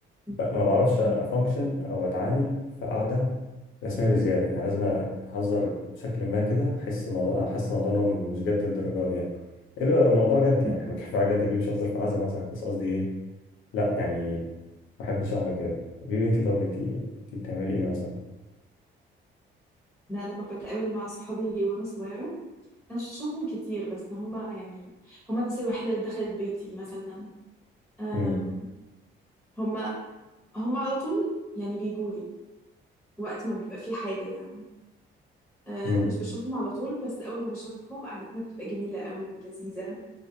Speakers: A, in the centre; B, on the left.
A: م-
B: ب- ما بعرفش افانكشن
A: م-
B: او اتعامل في قعده رسميه بزياده يعني لازم اهزر بشكل ما كده احس الموضوع احس الموضوع ان هو مش جد الدرجات دي يعني الا لو الموضوع جد
A: م.
B: يعني احنا كفايه جد اكيد مش ههزر في عزا مثلا بس قصدي ايه لا يعني ما بحبش اعمل كده حبيبي انت طب انت إنت بتعملي ايه مثلا
A: انا لما بتقابل مع صحابي وانا صغيرة انا مش بشوفهم كتير بس هما يعني هما الناس الوحيده اللي دخلت بيتي مثلا آم،
B: امم
A: هما هما على طول يعني بيجولي وقت ما بيبقى في حاجه يعني آه،
B: امم
A: مش بشوفهم على طول بس اول ما بشوفهم قعدتنا بتبقى جميله قوي ولذيذه